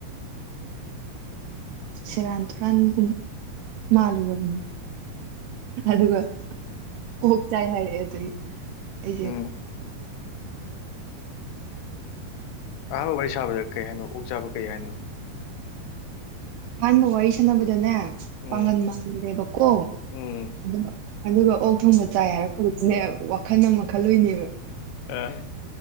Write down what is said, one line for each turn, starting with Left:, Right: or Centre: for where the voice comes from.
Right: ꯁꯦꯔꯥꯟ ꯇꯨꯔꯥꯟꯕꯨꯡ ꯃꯥꯜꯂꯨꯔꯕꯅꯤ ꯑꯗꯨꯒ ꯑꯣꯛ ꯆꯥꯏ ꯍꯥꯏꯔꯦ ꯑꯗꯩ ꯑꯩꯖ‌ꯦ
Left: ꯎꯝ ꯑꯍꯥꯟꯕ ꯋꯥꯔꯤ ꯁꯥꯕꯗ ꯀꯩ ꯍꯥꯏꯅꯣ ꯑꯣꯛ ꯆꯥꯕ ꯀꯩ ꯍꯥꯏꯅꯣ
Right: ꯑꯍꯥꯟꯕ ꯋꯥꯔꯤ ꯁꯥꯟꯅꯕꯗꯅꯦ
Left: ꯎꯝ
Right: ꯄꯥꯡꯒꯟ ꯃꯜꯂꯨꯔ‌ꯦꯕꯀꯣ
Left: ꯎꯝ
Right: ꯑꯗꯨꯒ ꯑꯗꯨꯒ ꯑꯣꯛ ꯊꯣꯡꯕ ꯆꯥꯏ ꯍꯥꯏꯔꯛꯄꯗ ꯅꯦ ꯋꯥꯈꯜ ꯑꯃ ꯈꯜꯂꯨꯏꯅꯦꯕ
Left: ꯑꯥ